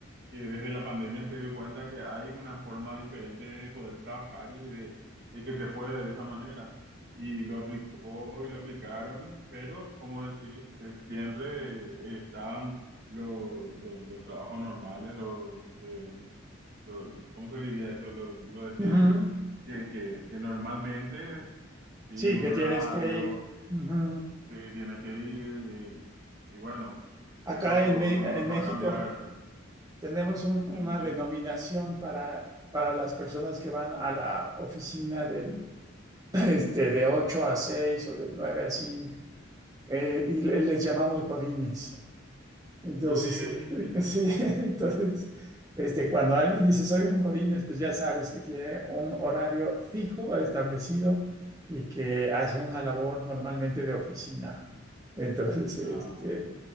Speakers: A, on the right (about 55°); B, on the right (about 20°).
A: que desde la pandemia se dio cuenta que hay una forma diferente de poder trabajar y de, de que se puede de esa manera. Y lo aplicó y lo aplicaron, pero como decís, es- siempre están los, los, los trabajos normales, los, eh, los- ¿cómo se diría eso? Lo, lo de
B: ujú,
A: siempre, que, que, que normalmente siguen
B: sí,
A: un
B: que
A: horario
B: tienes que ir. ujú.
A: Sí, tienes que ir y, y bueno, eso
B: Acá en, Me-
A: no,
B: en
A: no se
B: México
A: va a cambiar
B: tenemos un- una
A: en mucho
B: denominación
A: tiempo.
B: para, para las personas que van a la oficina de, <clears throat> este, de 8 a 6 o de 9 a 5 eh, y le- les llamamos godines. Entonces,
A: Godínez.
B: <laughs>
A: <laughs>
B: sí, entonces, este, cuando alguien dice soy un Godínez, pues ya sabes que tiene un horario fijo establecido y que hace una labor normalmente de oficina. Entonces, este,
A: Ah,